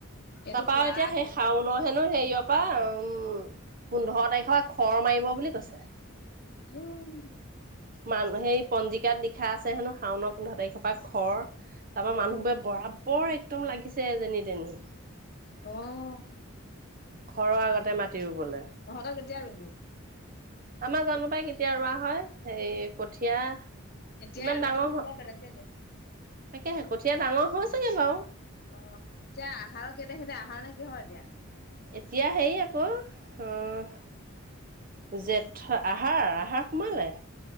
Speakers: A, on the left; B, on the right.
A: এইটো
B: তাৰপা
A: পুৰা
B: এতিয়া সেই
A: খেতিয়কত
B: শাওনৰ হেন হেৰিয়ৰ পৰা উম-পোন্ধৰ তাৰিখৰ খৰ মাৰিব বুলি কৈছে।
A: উম।
B: মান সেই পঞ্জিকাত লিখা আছে হেনো, শাওনৰ পোন্ধৰ তাৰিখৰ পৰা খৰ। তাৰপা
A: অ
B: মানুহবোৰে বৰাবৰ একদম লাগিছে যেনি তেনি।
A: অ'।
B: খৰৰ আগতে মাটি ৰুবলে।
A: তহঁতে কেতিয়া ৰুবি?
B: আমাৰ জানো পাই কেতিয়া ৰোৱা হয়, হেৰি কঠীয়া।
A: এতিয়াই
B: ইমান
A: ৰদটো
B: ডাঙৰ
A: দেখোন
B: হ
A: বৰ বেলেগকে দিয়ে।
B: তাকেহে, কঠীয়া ডাঙৰ হৈছেগে বাৰু।
A: অ', এতিয়া আহাৰৰ কেই তাৰিখে, এতিয়া আহাৰ নে কিহৰ এতিয়া?
B: এতিয়া হেৰি আকৌ, উম জেঠৰ, আহাৰ, আহাৰ সোমালে।